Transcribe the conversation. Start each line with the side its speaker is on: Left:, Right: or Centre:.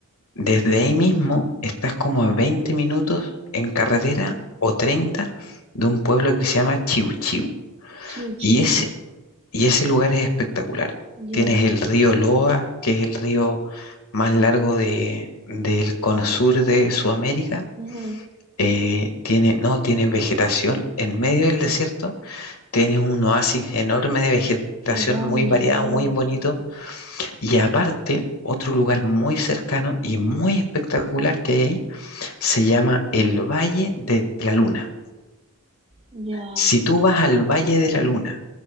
Left: Desde ahí mismo estás como a 20 minutos en carretera o 30 de un pueblo que se llama Chiu Chiu.
Right: Chiu chiu.
Left: Y es Y ese lugar es espectacular.
Right: Ya.
Left: Tienes el río Loa, que es el río más largo de, del cono sur de Sudamérica.
Right: Ujú.
Left: Eh, tiene, no, tiene vegetación en medio del desierto. Tienes un oasis enorme de vegetación,
Right: Qué bonito.
Left: muy variado, muy bonito. Y aparte, otro lugar muy cercano y muy espectacular que hay ahí se llama el Valle de la Luna.
Right: Ya.
Left: Si tú vas al Valle de la Luna,